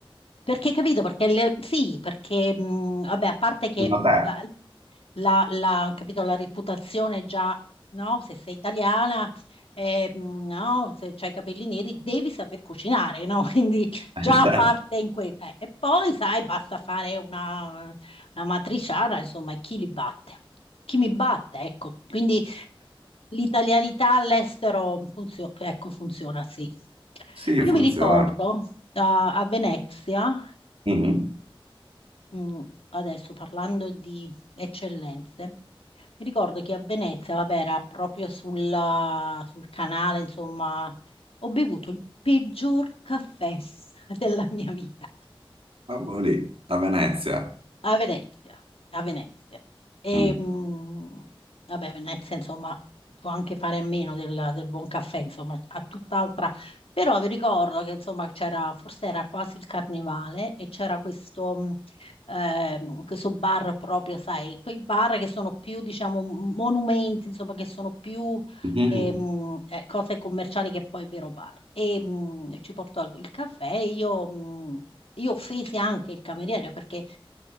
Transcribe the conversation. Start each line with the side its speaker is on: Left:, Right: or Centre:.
Left: Perché, capito? Perché le- sì, perché, mm, vabbè, a parte che
Right: Sì, Ma
Left: mm,
Right: te,
Left: la, la, capito, la reputazione già, no? Se sei italiana, eh, mh, no? Se hai i capelli neri, devi saper cucinare, no? <laughs> Quindi
Right: Eh,
Left: già
Right: certo.
Left: parte in questo. e poi, sai, basta fare una, una matriciana, insomma, e chi li batte? Chi mi batte, ecco. Quindi l'italianità all'estero funzio- ecco, funziona, sì.
Right: <laughs>
Left: Io
Right: Sì, funziona.
Left: mi ricordo a a Venezia,
Right: Mhm.
Left: mm, adesso parlando di eccellenze, mi ricordo che a Venezia, vabbè, era proprio sulla- sul canale, insomma, ho bevuto il peggior caffè <laughs> della mia vita
Right: Ah, boh, lì, a Venezia.
Left: a Venezia, a Venezia. E,
Right: Mm.
Left: mh, vabbè, Venezia, insomma, può anche fare a meno del, del buon caffè, insomma, a tutt'altra. Però vi ricordo che, insomma, c'era, forse era quasi il carnevale e c'era questo, mh, ehm, questo bar proprio, sai, quei bar che sono più, diciamo, monumenti, insomma, che sono più
Right: Mhm.
Left: ehm, eh, cose commerciali che poi vero bar. E mh, ci portò il caffè e io... mh, Io offesi anche il cameriere perché